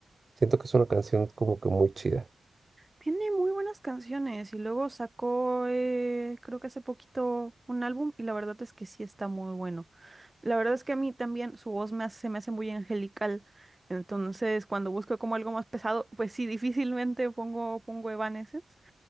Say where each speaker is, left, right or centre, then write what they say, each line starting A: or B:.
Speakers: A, on the right (about 35°); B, on the right (about 15°).
A: siento que es una canción como que muy chida,
B: Tiene muy buenas canciones y luego sacó, eh, creo que hace poquito, un álbum y la verdad es que sí está muy bueno. La verdad es que a mí también su voz me hace- se me hace muy angelical, entonces cuando busco como algo más pesado, pues sí, <laughs> difícilmente pongo, pongo Evanescence,